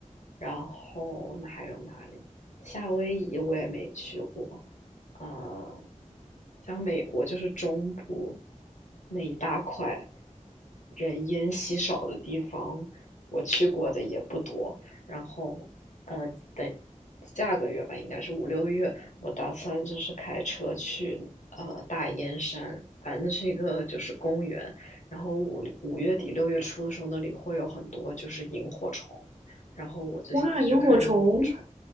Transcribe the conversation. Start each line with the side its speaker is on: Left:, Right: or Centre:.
Left: 然后那还有哪里？夏威夷我也没去过，呃，像美国就是中部那一大块人烟稀少的地方，我去过的也不多。然后，呃，等下个月吧，应该是五六月，我打算就是开车去呃大烟山，反正那是一个就是公园。然后五五月底六月初的时候，那里会有很多就是萤火虫。然后我就想去看萤火虫。
Right: 哇，萤火虫，